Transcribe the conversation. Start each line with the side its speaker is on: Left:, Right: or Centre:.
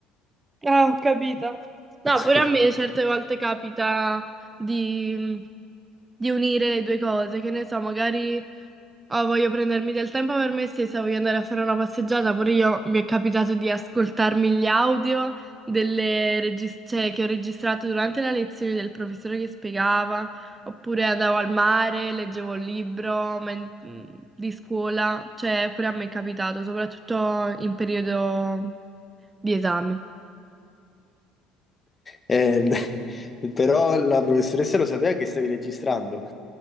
Right: Ah, ho capito. No,
Left: <laughs>
Right: pure a me certe volte capita di, di unire le due cose, che ne so, magari oh, voglio prendermi del tempo per me stessa, voglio andare a fare una passeggiata, pure io mi è capitato di ascoltarmi gli audio delle regis- cioè, che ho registrato durante la lezione del professore che spiegava, oppure andavo al mare, leggevo un libro men- di scuola, cioè pure a me è capitato, soprattutto in periodo di esami.
Left: Eh, beh, però la professoressa lo sapeva che stavi registrando.